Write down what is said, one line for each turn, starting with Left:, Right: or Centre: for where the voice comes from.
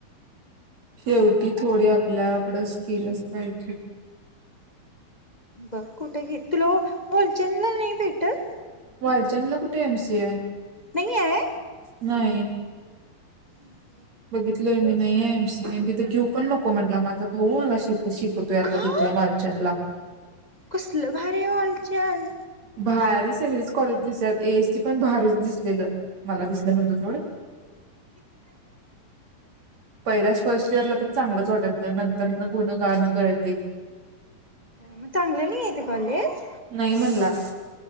Right: शेवटी थोडी आपल्याकडे स्किलच पाहिजे.
Left: बघ कुठे घेत तु लो बोलचनला नाही भेटत.
Right: वालचनला कुठे एम सी आहे
Left: नाही आहे
Right: नाही.
Left: हो
Right: बघितलंय मी, नाहीे एमसी एम तिथं घेऊ पण नको, म्हटला माझा भाऊ मला शिकवतो. शिकतोय आता
Left: का
Right: तिथय मालचन ला
Left: कसलं भारी वालच्याल.
Right: भारी सगळीच कॉलेज दिसतात ए एसटी पण भारीच दिसलेलं. मला दिसलं नव्हतं थोडं पैरास फर्स्ट इयरला तर चांगलंच होॉटेल आहे. नंतर म गुणगणं करते.
Left: मग चांगलं नाही इथ कॉलेज
Right: नाही म्हणला